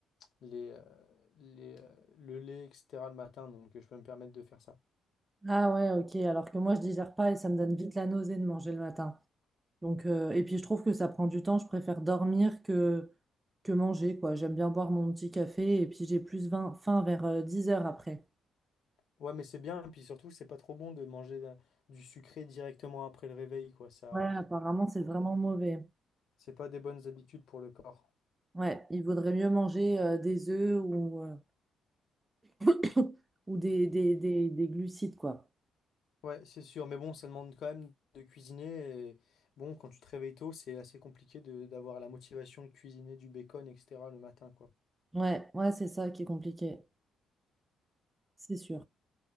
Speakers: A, on the left; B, on the right.
A: les, euh, les, euh, le lait, etc., le matin, donc euh, je peux me permettre de faire ça.
B: Ah ouais, ok. Alors que moi, je digère pas et ça me donne vite la nausée de manger le matin. Donc, euh, et puis je trouve que ça prend du temps. Je préfère dormir que, que manger, quoi. J'aime bien boire mon petit café et puis j'ai plus vin- faim vers euh, 10 heures après.
A: Ouais, mais c'est bien, puis surtout, c'est pas trop bon de manger euh, du sucré directement après le réveil, quoi. Ça.
B: Ouais, apparemment, c'est vraiment mauvais.
A: C'est pas des bonnes habitudes pour le corps.
B: Ouais, il vaudrait mieux manger euh, des œufs ou, euh, <coughs> ou des, des, des, des glucides, quoi.
A: Ouais, c'est sûr, mais bon, ça demande quand même de cuisiner. Et bon, quand tu te réveilles tôt, c'est assez compliqué de d'avoir la motivation de cuisiner du bacon, etc. le matin, quoi.
B: Ouais, ouais, c'est ça qui est compliqué, c'est sûr.